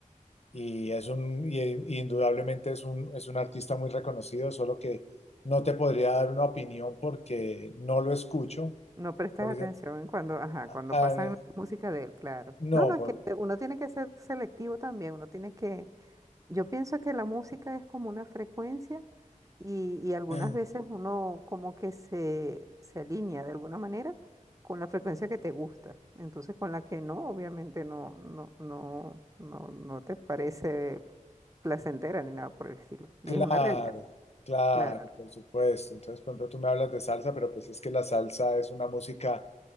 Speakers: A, on the left; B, on the right.
A: y es un, y- y indudablemente es un, es un artista muy reconocido, solo que no te podría dar una opinión porque no lo escucho.
B: No prestas
A: Por
B: atención
A: ej-
B: cuando, ajá, cuando
A: ah,
B: pasan música de él, claro.
A: no,
B: No, no,
A: por,
B: es que uno tiene que ser selectivo también, uno tiene que, yo pienso que la música es como una frecuencia y, y algunas
A: <clears throat>
B: veces uno como que se, se alinea de alguna manera con la frecuencia que te gusta. Entonces con la que no, obviamente no, no, no, no, no te parece placentera ni nada por el estilo. Y
A: claro,
B: es una realidad,
A: claro,
B: claro,
A: por supuesto. Entonces, por ejemplo, tú me hablas de salsa, pero pues es que la salsa es una música